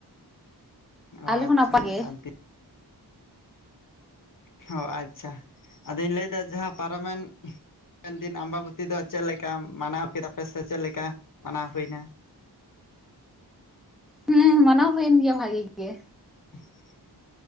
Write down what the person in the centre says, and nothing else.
ᱟᱞᱮ ᱦᱚᱸ ᱱᱟᱯᱟᱭ ᱜᱮ
ᱦᱩᱸ ᱢᱟᱱᱟᱣ ᱦᱩᱭᱮᱱ ᱜᱮᱭᱟ ᱵᱷᱟᱜᱤ ᱜᱮ?